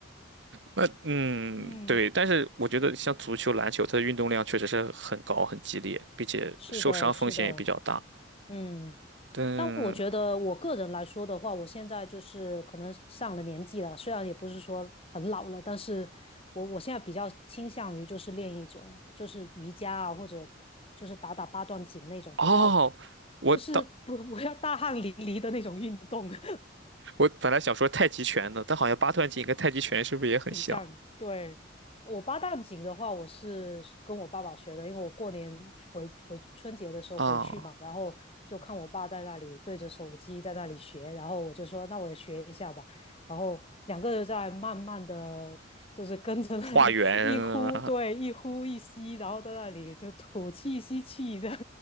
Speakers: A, on the right; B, on the left.
A: 那嗯，
B: 嗯，
A: 对，但是我觉得像足球、篮球，它的运动量确实是很高、很激烈，并且受伤风险也比较大。
B: 是的，是的，嗯。
A: 但
B: 但我觉得我个人来说的话，我现在就是可能上了年纪了，虽然也不是说很老了，但是我我现在比较倾向于就是练一种就是瑜伽啊，或者就是打打八段锦那种比较，
A: 哦，我当
B: 就是不 <laughs> 不要大汗淋漓的那种运动。<laughs>
A: 我本来想说太极拳的，但好像八段锦跟太极拳是不是也很像
B: 挺像。对，我八段锦的话，我是跟我爸爸学的，因为我过年回回春节的时候回去嘛，
A: 啊？
B: 然后就看我爸在那里对着手机在那里学，然后我就说那我也学一下吧，然后两个人在慢慢的就是跟着那里
A: 画圆，
B: <laughs> 一呼，
A: 啊
B: 对，一呼一吸，然后在那里就吐气吸气这样。